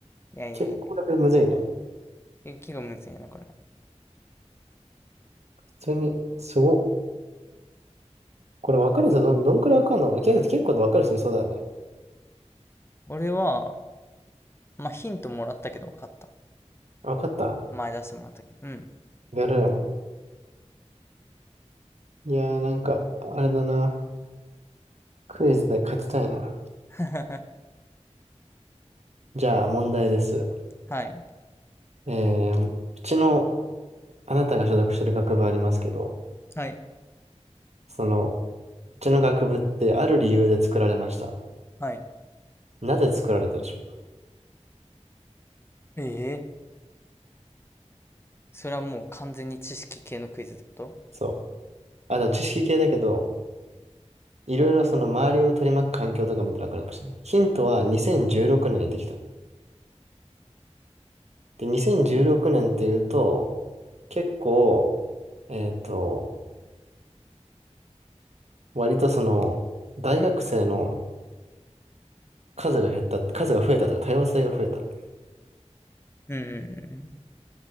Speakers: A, on the left; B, on the right.
A: う。いやいやいやい
B: 結構これむずいね。
A: や。結構むずいよね、これ。
B: 普通に、すご。これわかる人どん、どんくらいわかんのかな結構、結構わかる人いそうだよね。
A: 俺は、まあヒントもらったけど分かった。
B: あわかった
A: 前出してもらったけど。うん。
B: やるよねいやーなんか、あれだな。クイズで勝ちたいな。
A: <laughs>
B: じゃあ問題です。
A: はい。
B: えー、うちの、あなたが所属してる学部ありますけど、
A: はい。
B: その、うちの学部ってある理由で作られました。
A: はい。
B: なぜ作られたでしょうか
A: ええそれはもう完全に知識系のクイズってこと
B: そう。あ、でも知識系だけど、いろいろその周りを取り巻く環境とか見たらわかるかもしれない。ヒントは2016年にできた。で、2016年っていうと、結構、えっと、割とその、大学生の数が減った、数が増えたというか多様性が増えた。
A: うんうんうんうん。